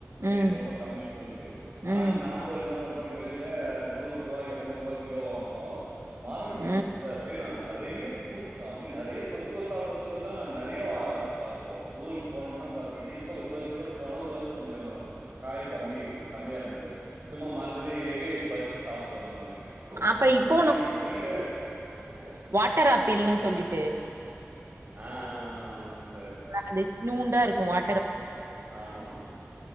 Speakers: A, on the right (about 45°); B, on the right (about 65°).
A: ரேட்
B: ம்
A: ரொம்ப கம்மின்னு சொல்லிட்டு ஆனா
B: ம்
A: நாம என்ன பண்றோம் வெளியில நூறு ரூபா இரநூறு ரூபா கிலோ வாங்குறோ மாரண ச
B: ம்
A: சிஸ்டர் அப்படியே நா நிறைய த்து அப்படி நிறைய கொத்து கொத்தா கொத்து கொத்தா நாங்க நிறைய அறுத்து சாப்பிடுவோ ஊருக்கு போனோம்னா பாத்தீங்கன்னா இப்போ இந்த வருஷோ கூட போனோ இந்த வருஷோ கொஞ்சோ காய் கம்மி கம்மியா இருந்தது சும்மா மரத்துலயே ஏறி பறிச்சு சாப்ட்டு வந்தாங்க
B: அப்ப
A: அந்த
B: இப்போ
A: மாதிரி நிறைய
B: <inaudible> வாட்டர் ஆப்பிள்னு சொல்லிட்டு
A: ச ஆ ஆ ஆமா ஆமாங்க சிஸ்டர்
B: அ இத்நூண்டா இருக்கும் வா
A: ஆமா ஆமா